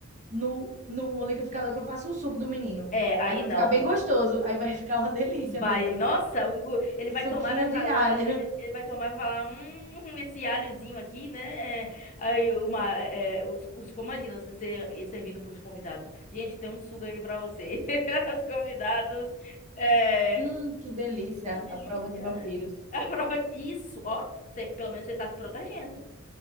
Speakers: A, on the right (about 35°); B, on the left (about 35°).
A: no, no liquidificador que eu faço o suco do menino.
B: É, aí
A: Aí vai
B: não.
A: ficar bem gostoso. Aí vai <laughs> ficar uma delícia
B: Vai,
A: mesmo.
B: nossa, o- o- ele vai
A: Suquinho
B: tomar e vai falar,
A: de alho.
B: ele vai tomar e vai falar, hum, esse alhozinho aqui, né? Aí uma, é, os, os, imagina você ser- servindo para os convidados. Gente, tem um suco aqui para você. <laughs> Os convidados, é,
A: Hum, que delícia.
B: que delícia.
A: A prova de vampiros.
B: <laughs> Isso, ó, cê- pelo menos você tá se protegendo.